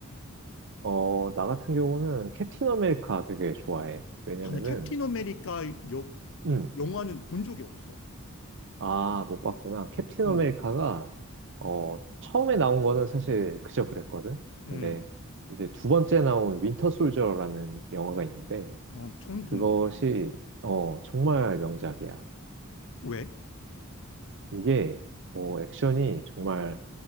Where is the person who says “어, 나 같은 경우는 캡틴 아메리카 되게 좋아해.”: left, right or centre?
Right